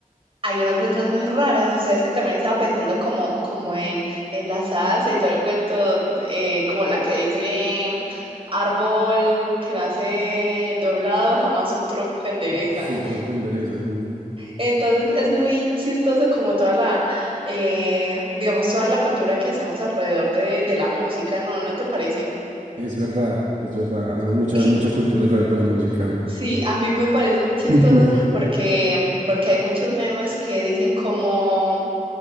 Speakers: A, on the right; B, on the right.
A: hay unas letras muy raras. O sea, es que también estaba pensando como, como en, en la salsa y todo el cuento, eh, como la que dice árbol que nace doblado, jamás un tronco endereza.
B: su tronco endereza. mm.
A: Entonces es muy chistoso como toda la, eh, digamos, toda la cultura que hacemos alrededor de, de la música, ¿no? ¿No te parece?
B: Es verdad, es verdad. Hacemos mucha,
A: <laughs>
B: mucha cultura alrededor de la música. <laughs>
A: Sí, a mí me parece muy chistoso
B: Ujú.
A: porque, porque hay muchos memes que dicen como,